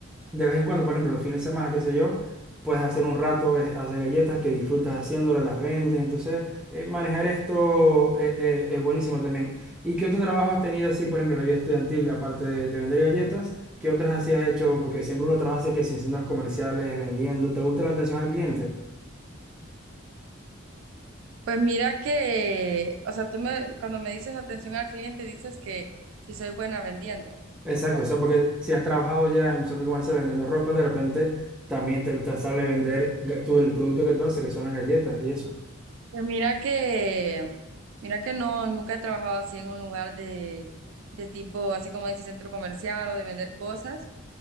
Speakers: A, in the centre; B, on the right.
A: de vez en cuando, por ejemplo, los fines de semana, qué sé yo, puedes hacer un rato, eh, hacer galletas que disfrutas haciéndolas, las vendes. Entonces, eh, manejar esto eh, eh, es buenísimo también. ¿Y qué otro trabajo has tenido así, por ejemplo, en la vida estudiantil, aparte de, de vender galletas? ¿Qué otras así has hecho? Porque siempre uno trabaja así que sin centros comerciales, vendiendo. ¿Te gusta la atención al cliente?
B: Pues mira que, o sea, tú me, cuando me dices atención al cliente, dices que si soy buena vendiendo,
A: Exacto,
B: ¿o cómo?
A: o sea, porque si has trabajado ya en un centro comercial vendiendo ropa, de repente también te, te sale vender ga- tú, el producto que tú haces, que son las galletas y eso.
B: Pues mira que, mira que no, nunca he trabajado así en un lugar de, de tipo, así como dice, centro comercial o de vender cosas.